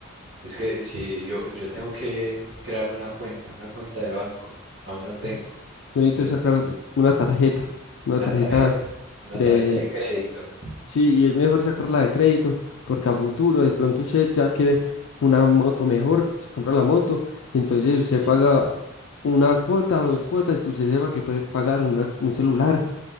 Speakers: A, on the right; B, on the left.
A: Es que si yo, yo tengo que crearme una cuenta, una cuenta de banco, aún no tengo.
B: Ujú. Yo necesito
A: Entonces,
B: sacar una tarjeta, una
A: una
B: tarjeta
A: tarjeta, una
B: de,
A: tarjeta de crédito
B: Sí, y es mejor sacarla de crédito porque a futuro de pronto usted ya quiere una moto mejor, se compra la moto, entonces usted
A: y
B: paga una cuota o dos cuotas que usted sepa que puede pagar una- un celular,